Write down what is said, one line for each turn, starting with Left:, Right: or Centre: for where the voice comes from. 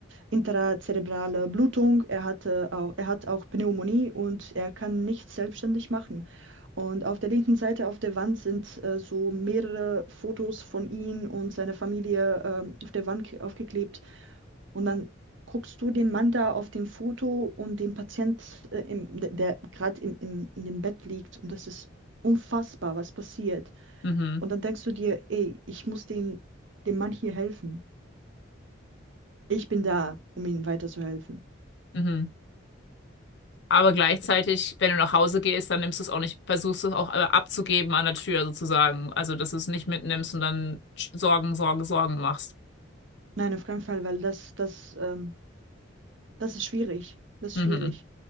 Right: intrazerebrale Blutung, er hatte auch, er hat auch Pneumonie und er kann nichts selbstständig machen. Und auf der linken Seite auf der Wand sind äh, so mehrere Fotos von ihm und seiner Familie ähm, auf der Wand ke- aufgeklebt. Und dann guckst du den Mann da auf dem Foto und den Patient, äh, im, der, der gerade im, im, in dem Bett liegt. Und das ist unfassbar, was passiert.
Left: mhm,
Right: Und dann denkst du dir, ey, ich muss den, dem Mann hier helfen. Ich bin da, um ihm weiterzuhelfen.
Left: mhm. Aber gleichzeitig, wenn du nach Hause gehst, dann nimmst du es auch nicht, versuchst du es auch abzugeben an der Tür sozusagen. Also, dass du es nicht mitnimmst und dann Sorgen, Sorgen, Sorgen machst.
Right: Nein, auf keinen Fall, weil das, das, ähm, das ist schwierig. Das
Left: Mhm.
Right: ist schwierig.